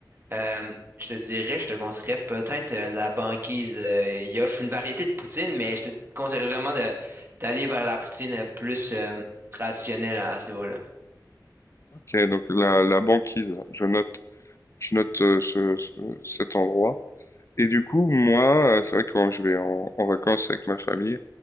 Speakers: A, on the right (about 30°); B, on the left (about 40°).
A: euh, je te dirais, je te conseillerais peut-être euh, la banquise. Euh, il offre une variété de poutine, mais je te conseillerais vraiment de- d'aller vers la poutine euh, plus euh, traditionnelle à, à ce niveau-là.
B: Ok, donc la, la banquise, je note, je note euh, ce, ce- cet endroit. Et du coup, moi, euh, c'est vrai que quand je vais en, en vacances avec ma famille,